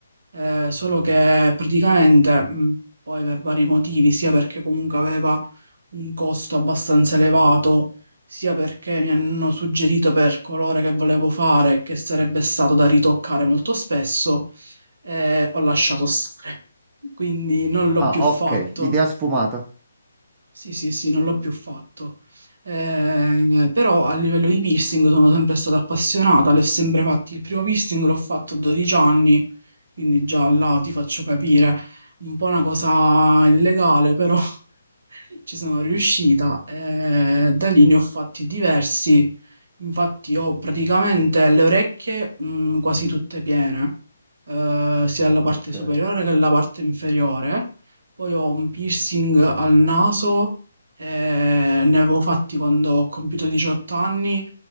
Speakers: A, on the right; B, on the right.
A: Eh, solo che praticamente, mh, poi per vari motivi, sia perché comunque aveva un costo abbastanza elevato, sia perché mi hanno suggerito per colore che volevo fare, che sarebbe stato da ritoccare molto spesso, eh, ho lasciato stare. Quindi non l'ho
B: Ah,
A: più fatto.
B: ok, idea sfumata.
A: Sì, sì, sì, non l'ho più fatto. Eh, però a livello di piercing sono sempre stata appassionata, le ho sempre fatti. Il primo piercing l'ho fatto a 12 anni, quindi già là ti faccio capire. Un po' una cosa illegale, però ci sono riuscita e da lì ne ho fatti diversi. Infatti ho praticamente le orecchie mh, quasi tutte piene, eh, sia la parte
B: Ok.
A: superiore che la parte inferiore. Poi ho un piercing al naso, eh, ne avevo fatti quando ho compiuto 18 anni,